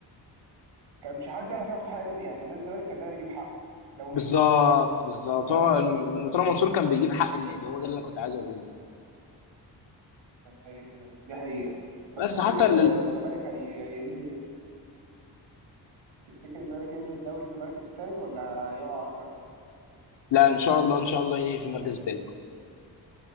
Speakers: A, on the right; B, on the left.
A: كان مش حد يعرف ياخد حق نادي يعني نادي الزمالك كان دايما يجيب حقه لو مين
B: بالظبط بالظبط
A: فاهم
B: هو مرتضى منصور كان بيجيب حق النادي هو ده اللي انا كنت عايز اقوله لك.
A: ايوه دي حقيقة طب
B: بس
A: تفتكر
B: حتى ال...
A: آه، الزمالك هي- هينهي تفتكر الزمالك هينهي الدوري في المركز الثالث ولا هيقع اكتر
B: لا ان شاء الله ان شاء الله ينهي في المركز الثالث